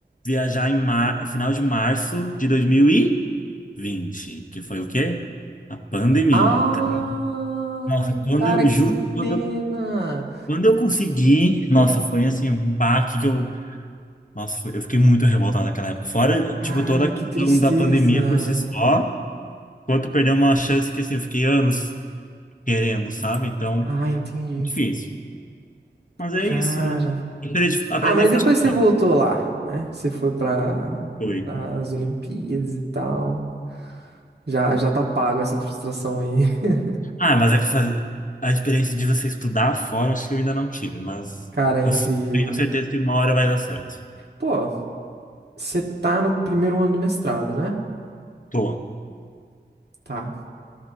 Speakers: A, on the left; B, on the right.
A: viajar em mar... final de março de 2020, que foi o quê? A pandemia.
B: Ai,
A: Então, Nossa, quando
B: cara,
A: eu,
B: que
A: juro, quando,
B: pena.
A: eu- quando eu consegui, nossa, foi assim um baque que eu Nossa, foi- eu fiquei muito revoltado naquela época. Fora,
B: Cara,
A: tipo, toda a
B: que
A: questão
B: tristeza.
A: da pandemia por si só, quanto perder uma chance que, assim, eu fiquei anos querendo, sabe? Então,
B: Ah, entendi.
A: difícil. Mas é
B: Cara.
A: isso, né? Aprender, aprender
B: Ah, mas
A: francês,
B: depois você voltou lá, né? Você foi para
A: foi.
B: as Olimpíadas e tal. Já, já tá pago essa frustração aí. <laughs>
A: Ah, mas é que faz... a experiência de você estudar fora, acho que eu ainda não tive, mas
B: Cara, é
A: eu
B: incrível.
A: tenho certeza que uma hora vai dar certo.
B: Pô, você tá no primeiro ano do mestrado, né?
A: Tô,
B: Tá.